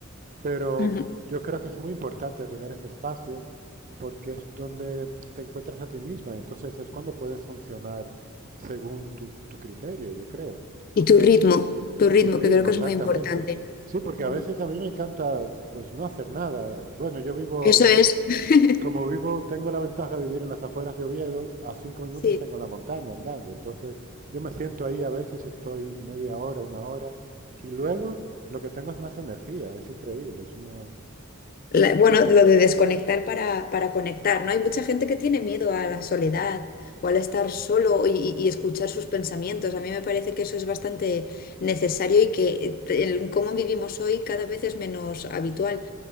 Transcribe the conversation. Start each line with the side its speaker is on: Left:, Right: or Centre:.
Right: Pero
Left: ujú,
Right: yo creo que es muy importante tener ese espacio porque es donde te encuentras a ti misma. Entonces es cuando puedes funcionar según tu, tu criterio, yo creo.
Left: Y tu ritmo, tu
Right: Y
Left: ritmo,
Right: tu ritmo,
Left: que creo que
Right: exactamente.
Left: es muy importante.
Right: Sí, porque
Left: ujú.
Right: a veces a mí me encanta pues no hacer nada. Bueno, yo vivo,
Left: Eso es. <laughs>
Right: como vivo, tengo la ventaja de vivir en las afueras de Oviedo, a cinco minutos
Left: Sí.
Right: tengo la montaña andando. Entonces yo me siento ahí a veces y estoy media hora, una hora, y luego lo que tengo es más energía, es increíble, es una,
Left: La- bueno, lo de desconectar para, para conectar, ¿no? Hay mucha gente que tiene miedo a la soledad o al estar solo y, y- y escuchar sus pensamientos. A mí me parece que eso es bastante necesario y que eh, te- el cómo vivimos hoy cada vez es menos habitual.